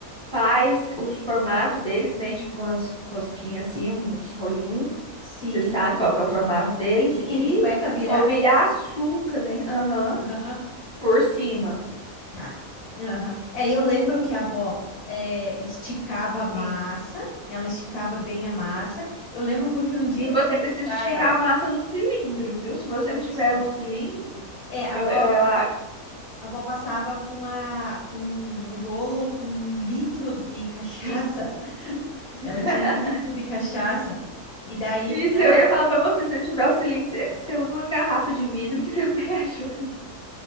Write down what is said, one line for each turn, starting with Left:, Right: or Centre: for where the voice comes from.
Centre: faz os formatos deles, né? Tipo umas rosquinhas assim, uns rolinhos.
Left: sim.
Centre: Você sabe qual que é o formato deles.
Left: Sim,
Centre: E
Left: é de cueca virada,
Centre: polvilhar
Left: né?
Centre: açúcar, né? Aham,
Left: Aham,
Centre: por cima.
Left: tá. Aham. É, eu lembro que a avó é, esticava a massa,
Centre: Sim.
Left: ela esticava bem a massa. Eu lembro porque um dia
Centre: Sim,
Left: eu
Centre: você
Left: fui
Centre: precisa
Left: ajudar
Centre: esticar
Left: ela.
Centre: a massa no cilindro, viu? Se você
Left: Isso.
Centre: não tiver o cilindro,
Left: É, a
Centre: eu,
Left: avó,
Centre: eu, eu a-
Left: a avó passava com, a, com um rolo, com um litro de cachaça.
Centre: e-
Left: <laughs>
Centre: <laughs>
Left: Ela tinha um litro de cachaça. E daí
Centre: isso
Left: ela
Centre: eu ia falar pra você, se não tiver o cilindro, você, você usa uma garrafa de vidro que também <laughs> ajuda.